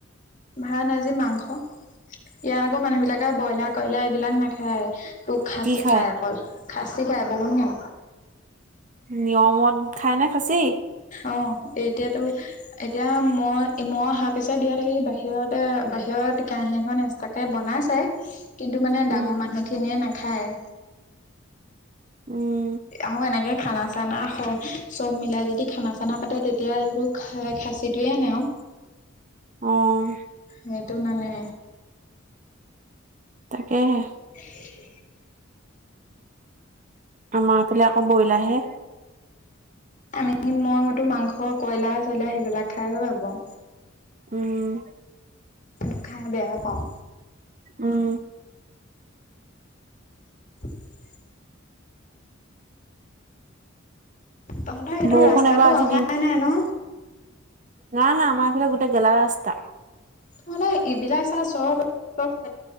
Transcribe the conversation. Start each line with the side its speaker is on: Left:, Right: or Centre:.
Left: ভাত আজি মাংস, ইয়াত আকৌ মানুহ বিলাকে ব্ৰইলাৰ কইলাৰ এইবিলাক নাখায়। তোক খাচী
Right: কি খায়
Left: খাই অকল খাচী খাই বগুন নে,
Right: নিয়মত খাই নে খাচী।
Left: অ', এতিয়াতো এতিয়া মই মই অহাৰ পিছত দিয়াত হেৰি বাহিৰত বাহিৰত কেহী এখন এক্স্ৰাকে বনাই চে কিন্তু মানে
Right: উম
Left: ডাঙৰ মানুহ খিনিয়ে নাখায়।
Right: উম
Left: আহো এনেকে খানা চানা চব মিলাই যদি খানা চানা, তাতে তেতিয়া সেইবোৰ খ খাচীটোৱে আনে আও,
Right: আহ।
Left: সেইটো মানে।
Right: থাকেহে,
Left: <inaudible>
Right: আমাৰফালে আকৌ বইলা হে।
Left: আমি মই মতো মাংস কইলা চইলা সেইবিলাক খাইহে ভাল পাও।
Right: উম
Left: সেইটো খাই বেয়া পাওঁ।
Right: উম
Left: <inaudible> তহঁতৰ এইটো
Right: বৰষুণ
Left: ৰাস্তাতটো
Right: এবাৰ আজি
Left: অহাই নাই ন।
Right: না হা আমাৰ ফালে গোটেই গেলা ৰাস্তা।
Left: তহঁতৰ <unintelligible>